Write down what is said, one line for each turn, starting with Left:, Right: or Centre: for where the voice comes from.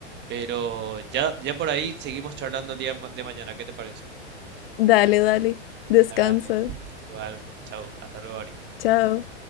Right: pero ya, ya por ahí seguimos charlando el día ma- de mañana, ¿qué te parece?
Left: Dale, dale, descansa,
Right: Dale, igual, chao, hasta luego, Ari.
Left: chao.